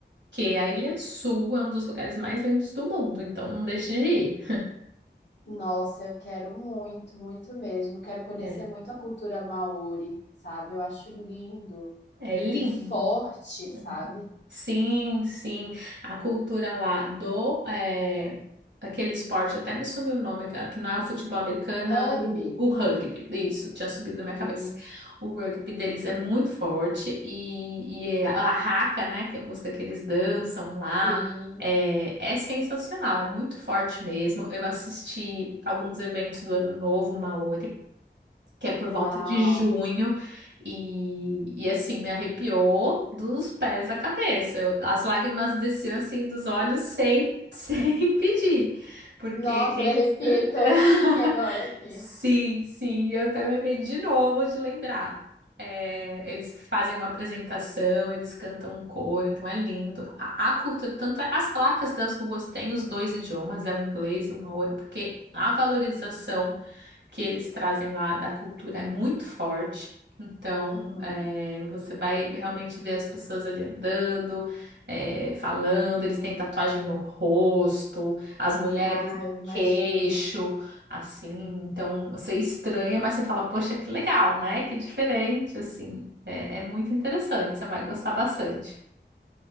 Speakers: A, on the right (about 75°); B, on the left (about 70°).
A: que a Ilha Sul é um dos lugares mais lindos do mundo, então não deixe de ir.
B: Nossa, eu quero muito, muito mesmo. Eu quero conhecer
A: É.
B: muito a cultura maori, sabe? Eu acho lindo
A: É lindo.
B: e forte,
A: Uhum.
B: sabe?
A: Sim, sim. A cultura lá do é, aquele esporte até me sumiu o nome, cara, que não é o futebol americano,
B: Rugby.
A: é o, o rugby. Isso, tinha subido da minha cabeça.
B: Sim,
A: O rugby deles é muito forte e, e é- a raca, né, que é a música que eles dançam lá,
B: sim.
A: é, é sensacional, é muito forte mesmo. Eu assisti alguns eventos do Ano Novo, Maori que é por
B: Uau.
A: volta de junho, e, e assim, me arrepiou dos pés à cabeça. Eu- as lágrimas desciam assim dos olhos sem, <laughs> sem pedir, porque
B: Nossa,
A: eles.
B: eu me arrepiei
A: <laughs>
B: todinha agora aqui.
A: Sim, sim, eu até me arrependi de novo de lembrar. É, eles fazem uma apresentação, eles cantam um coro, então é lindo. A, a cultura, tanto é, as placas das ruas têm os dois idiomas, é o inglês e o maori, porque a valorização que eles trazem lá da cultura é muito forte. Então,
B: Uhum.
A: é, você vai realmente ver as pessoas ali andando, é, falando, eles têm tatuagem no rosto, as mulheres
B: Ah,
A: no
B: eu imagino.
A: queixo, assim. Então, você estranha, mas você fala, poxa, que legal, né? Que diferente, assim. É, é muito interessante, você vai gostar bastante.